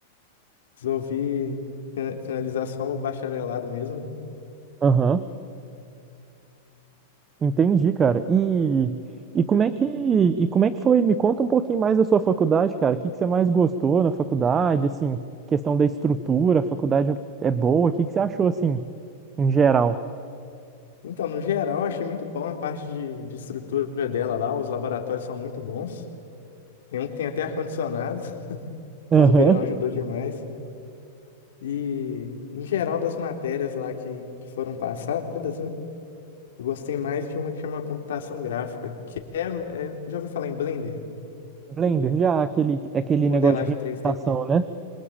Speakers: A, on the left (about 80°); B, on the right (about 20°).
A: Resolvi fi- finalizar só o bacharelado mesmo. né?
B: Aham. Entendi, cara. E, e como é que e como é que foi? Me conta um pouquinho mais da sua faculdade, cara. O que que você mais gostou na faculdade? Assim, questão da estrutura, a faculdade é boa. O que que você achou assim, em geral?
A: Então, no geral, eu achei muito bom a parte de, de estrutura dela lá. Os laboratórios são muito bons. Tem um que tem até ar-condicionado, <laughs>
B: Aham.
A: então no verão ajudou demais. E, em geral, das matérias lá que, que foram passadas, né? Eu gostei mais de uma que chama computação gráfica, que é, é- já ouviu falar em Blender?
B: Blender, já aquele aquele
A: Modelagem
B: negócio de renderização,
A: três d
B: né?